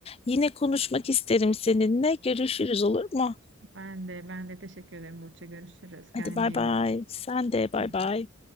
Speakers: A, on the left; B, on the right.
A: Yine konuşmak isterim seninle. Görüşürüz olur mu?
B: Ben de ben de teşekkür ederim Burç'a. Görüşürüz. Kendine
A: Hadi bay
B: iyi
A: bay.
B: bak.
A: Sen de bay
B: Bay
A: bay.
B: bay.